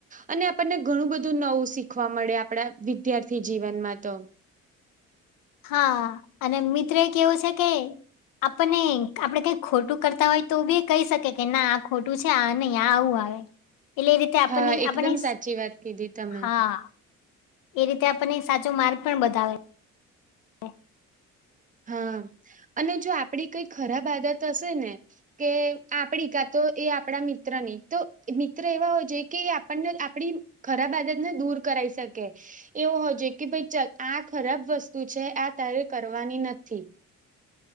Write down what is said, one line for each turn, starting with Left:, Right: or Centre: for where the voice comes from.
Right: અને આપણને ઘણું બધું નવું શીખવા મળે આપડા વિદ્યાર્થી જીવનમાં તો.
Left: હા, અને મિત્ર એક એવો છે કે આપણને આપડે કઈ ખોટું કરતા હોય તો બી કહી શકે કે ના આ ખોટું ન આ આવું આવે. એટલે એ રીતે આપની
Right: હા
Left: આપને
Right: એકદમ સાચી વાત કીધી તમે
Left: હા એ રીતે આપણને સાચો માર્ગ પણ બતાવે <inaudible>
Right: હા અને જો આપડી કઈ ખરાબ આદત હશે ને. કે આપડી કા તો એ આપણા મિત્ર નહી તો મિત્ર એવા હોય જોઈએ કે આપણને આપડી ખરાબ આદતને દૂર કરાઈ શકે. એવું હો જો કે ભાઈ આ ખરાબ વસ્તુ છે આ તારે કરવાની નથી.